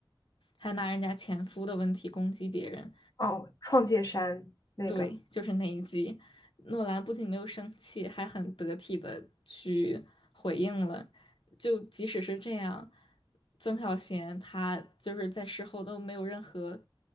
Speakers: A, on the left; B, on the left.
A: 还拿人家前夫的问题攻击别人，
B: 哦，创界山那个，
A: 对，就是那一集，诺兰不仅没有生气，还很得体的去回应了。就即使是这样，曾小贤他就是在事后都没有任何，